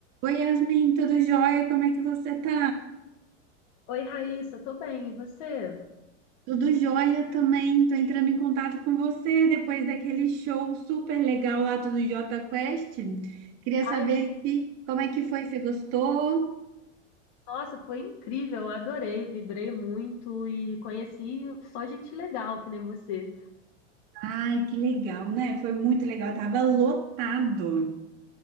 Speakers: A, on the right; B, on the left.
A: Oi, Yasmin, tudo jóia? Como é que você tá?
B: Oi, Raíssa, tô bem, e você?
A: Tudo jóia também. Tô entrando em contato com você depois daquele show super legal lá do Jota Quest. Queria
B: Ai,
A: saber
B: s-
A: que, como é que foi? Você gostou?
B: nossa, foi incrível, eu adorei, vibrei muito e conheci só gente legal, que nem você.
A: Ai, que legal, né? Foi muito legal. Tava lotado.